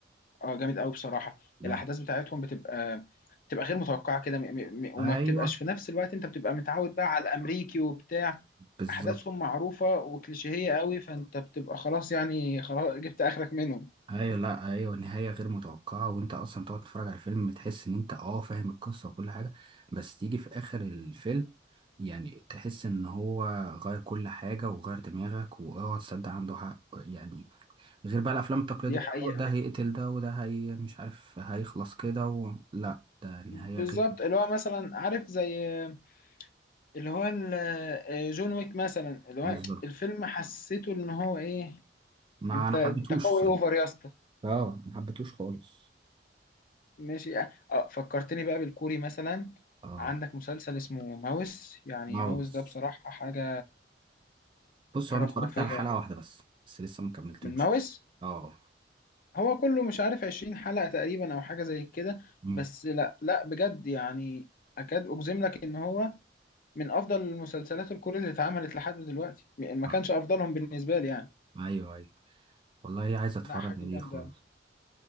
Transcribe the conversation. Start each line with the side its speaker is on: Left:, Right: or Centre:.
Left: آه، جامد قوي بصراحه الاحداث
Right: اه
Left: بتاعتهم بتبقى بتبقى غير متوقعه كده م- م- م- وما
Right: ايوه
Left: بتبقاش في نفس الوقت انت بتبقى متعود بقى على الامريكي وبتاع
Right: بالظبط
Left: احداثهم معروفه وكليشيهيه قوي فانت بتبقى خلاص يعني خلاص جبت اخرك منهم
Right: ايوه لا ايوه نهايه غير متوقعه وانت اصلا تقعد تتفرج على الفيلم تحس ان انت اه فاهم القصه وكل حاجه بس تيجي في اخر الفيلم يعني تحس ان هو غير كل حاجه وغير دماغك واوعى تصدق عنده حق يعني غير بقى الافلام التقليديه
Left: دي
Right: اه
Left: حقيقه
Right: ده هيقتل ده وده هي مش عارف هيخلص كده و... لا ده نهايه
Left: بالظبط
Right: غير
Left: اللي هو مثلا عارف زي آه، اللي هو ال- آه، جون ويك مثلا اللي هو
Right: بالظبط
Left: الفيلم حسيته ان هو ايه
Right: ما
Left: انت
Right: انا
Left: انت
Right: حبيتهوش
Left: قوي
Right: صراحه
Left: اوفر يا اسطى
Right: اه ما حبيتهوش خالص
Left: ماشي اه آه، فكرتني بقى بالكوري مثلا
Right: اه
Left: عندك مسلسل اسمه ماوس يعني
Right: ماوس
Left: ماوس ده بصراحة حاجة
Right: بص
Left: حاجة
Right: هو انا اتفرجت
Left: خرافية
Right: على حلقة واحدة بس بس لسه ما كملتوش
Left: من ماوس
Right: اه
Left: هو كله مش عارف عشرين حلقة تقريبا أو حاجة زي كده
Right: امم
Left: بس لا لا بجد يعني أكاد أجزم لك إن هو من أفضل المسلسلات الكورية اللي اتعملت لحد دلوقتي يعني ما
Right: آه.
Left: كانش أفضلهم بالنسبة لي يعني
Right: ايوه ايوه والله عايز اتفرج
Left: لا حاجة
Right: عليه
Left: جامدة
Right: خالص